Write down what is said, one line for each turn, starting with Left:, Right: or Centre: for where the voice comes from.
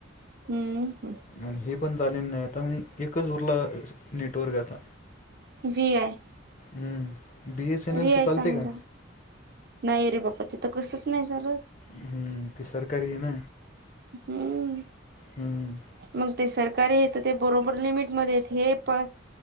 Right: हम्म ह
Left: आणि हे पण झालेलं नाही आता म एकच उरला नेटवर्क आता
Right: व्ही आय
Left: हम्म ब एस एन
Right: व्ही
Left: एलचा
Right: आय
Left: चलते
Right: चांगलं
Left: का
Right: नाही रे बा्पा तिथं कसंच नाही झालं
Left: हम्म ते सरकारी आहे ना
Right: हम्म
Left: हम्म
Right: मग ते सरकारी हे तर ते बरोबर लिमिटमध्ये हे प